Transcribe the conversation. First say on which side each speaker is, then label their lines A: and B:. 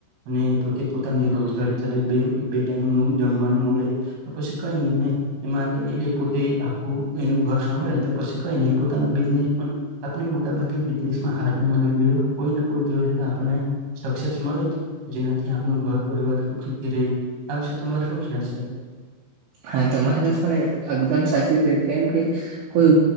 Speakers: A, on the right; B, on the right.
A: અને પોતે પોતાની રોજગારી ચાલે બે બે ટાઈમ નુ જમવાનું મળે તો પછી કઈ નઈ ને એમાં કઈ એ પોતે આખું એનું ઘર સંભાળે તો પછી કઈને પોતાનું બિઝનેસ પન આપને મોટાભાગે બિઝનેસ માં હાર ન માનવી જોઈએ કોઈને કોઈ દિવસે તો આપને સક્સેસ મળે જ જેનાથી આપનુ ઘર પરિવાર સુખી થી રેય આ વિશે તમારો શું ખ્યાલ છે
B: હા તમારી વાત પણ એકદમ સાચી છે કેમ કે કોઈ